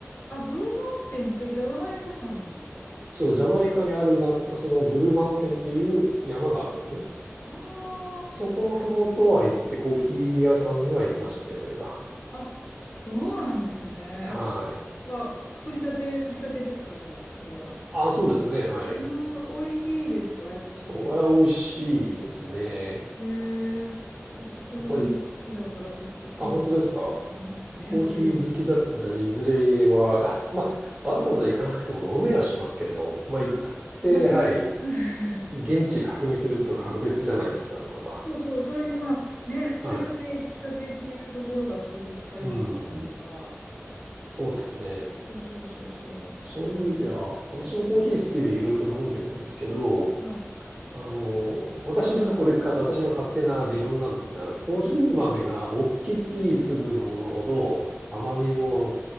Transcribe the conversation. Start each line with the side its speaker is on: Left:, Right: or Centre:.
Left: あ、ブルーマウンテンってジャマイカ山なんですか
Right: そう、ジャマイカにあるな、そのブルーマウンテンっていう山があるんですね。
Left: ああ
Right: そこのふもとは行ってコーヒー屋さんには行きましたね、そういえば。
Left: ー。あ、そうなんですね。やっ
Right: はい。
Left: ぱ、作りたて、すりたてですかじゃあ、それは。
Right: あ、そうですね、はい。
Left: まあ、美味しいですかやっぱそういうの。
Right: お、いや美味しいですね。
Left: ねえ。私コーヒー好きだからちょっと興味あ
Right: やっぱり、あ、本当ですか
Left: りますね、
Right: コーヒー好きだったら、
Left: そういう。
Right: いずれは、<laughs> まあ、わざわざ行かなくても飲めはしますけど、まあ、行って、
Left: あまあね
Right: はい、
Left: <laughs>
Right: 現地確認すると格別じゃないですかね、また。
Left: そうそう、それにまあね、取り立て、
Right: はい。
Left: 引き立てっていうところがすごく惹かれるから。
Right: うん。そうですね。
Left: そうそうそうそ
Right: そういう意味では、私もコーヒー好きでいろいろ飲んでるんですけど、
Left: う。はい。
Right: あの、私の、これか、私の勝手な持論なんですが、コーヒー豆が大きい粒のものほど、
Left: は
Right: 甘みも、